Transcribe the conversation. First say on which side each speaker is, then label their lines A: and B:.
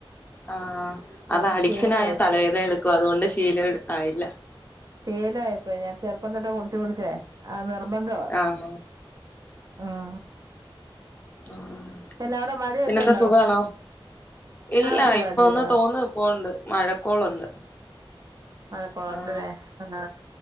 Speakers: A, on the left; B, on the right.
A: ആഹ്
B: അതൊരു
A: അത് അഡിക്ഷനായ
B: ശീലമായിപ്പോയി
A: തലവേദന എട്ക്കും. അതേണ്ട് ശീലെ ആയില്ലെ
B: ശീലായിപ്പോയ് ഞാൻ ചെറുപ്പം തെട്ട് കുടിച്ച്, കുടിച്ചെ ആ നിർബന്ധാം
A: ആഹ്
B: ഉം.
A: ആഹ് അതെ
B: പിന്നെ അവിടെ മഴയൊക്കെ
A: പിന്നെന്താ
B: ഉണ്ടോ
A: സുഖാണോ. ഇല്ല,
B: ആഹ് സുഖമായിട്ടിരിക്കുന്നു
A: ഇപ്പൊ ഒന്ന് തോന്ന് പേണ്ട്, മഴക്കോളുണ്ട്.
B: മഴക്കേള്ണ്ട്ല്ലേ,
A: ആഹ്
B: ആ